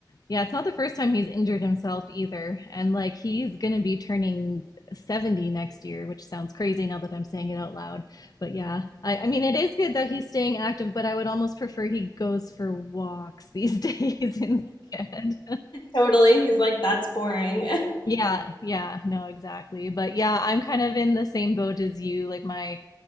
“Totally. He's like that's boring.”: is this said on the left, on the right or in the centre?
Left